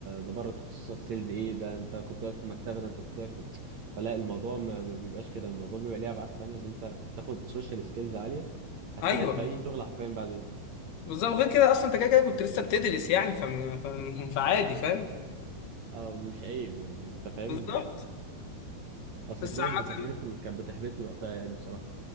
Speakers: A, on the right (about 60°); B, on the left (about 75°).
A: ده بره تخصصك سيلز ايه ده انت كنت واقف في مكتبه ده انت كنت واقف في... <tsk> فلا الموضوع ما ما بيبقاش كده الموضوع بيبقى ليه ابعاد تانية ان انت بتاخد سوشيال سكيلز عاليه هتفيدك
B: ايوه
A: في اي شغل حرفيا بعدين
B: بالظبط غير كده اصلا انت كده كده كنت لسه بتدرس يعني فم... فم... فعادي فاهم
A: اه مش عيب يعني انت فاهم
B: بالظبط
A: اصل
B: بس
A: في ناس
B: عامة
A: بتحبطني كانت بتحبطني وقتها يعني بصراحة